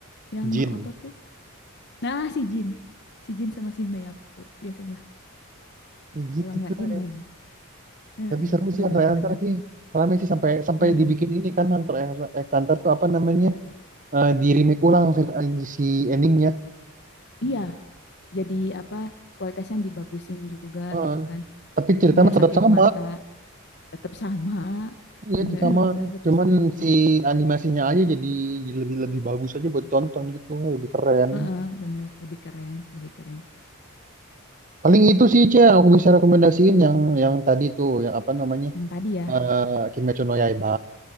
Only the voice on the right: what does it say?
Jin
kayak gitu
tuh
ya.
tapi seru sih
Hunter x Hunter sih Soalnya sih sampai sampai
dibikin ini kan Hunter x Hunter tuh apa namanya eh, di remake ulang film eh, si endingnya
Heeh.
tapi ceritanya
tetap
sama
Iya
itu sama,
cuman
si animasinya aja jadi, jadi lebih lebih bagus aja buat tonton gitu, lebih keren.
Paling itu sih Cia, yang aku bisa rekomendasiin yang yang tadi tuh, yang apa namanya
eh Kimetsu no Yaiba